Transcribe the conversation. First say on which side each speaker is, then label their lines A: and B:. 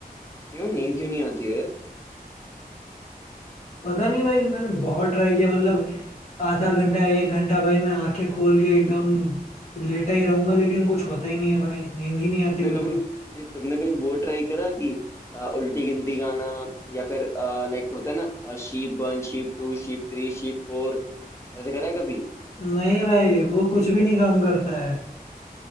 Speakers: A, on the left; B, on the left.
A: क्यों नींद क्यों नहीं आती है
B: पता नहीं भाई मैंने बहुत ट्राई किया मतलब आधा घंटा एक घंटा भाई मैं आंखें खोल
A: हम्म
B: के एकदम लेटा ही रहूंगा लेकिन कुछ होता ही नहीं है भाई नींद ही नहीं
A: तुमने
B: आती बिल्कुल
A: कभी नहीं, तुमने कभी वो ट्राई करा कि अ, उल्टी गिनती गाना या फिर लाइक होता है ना शीप वन शीप टू शीप थ्री शीप फोर ऐसे करा है कभी
B: नहीं भाई वो कुछ भी नहीं काम करता है